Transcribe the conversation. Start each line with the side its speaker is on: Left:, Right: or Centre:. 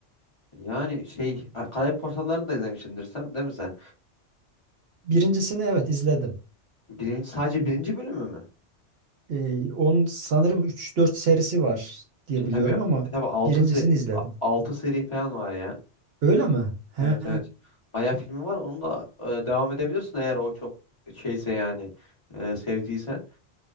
Left: yani şey Karayip Korsanları'nı da izlemişsindir sen değil mi sen?
Right: Birincisini evet izledim.
Left: Birinci, sadece
Right: Hı.
Left: birinci bölümü mü?
Right: E, onun sanırım üç dört serisi var diye
Left: Şey
Right: biliyorum
Left: tabii
Right: ama
Left: tabii 6
Right: birincisini izledim.
Left: 6 seri falan var ya.
Right: Öyle mi? He.
Left: Evet evet. Bayağı filmi var. Onu da e, devam edebilirsin eğer o çok şeyse yani e, sevdiysen.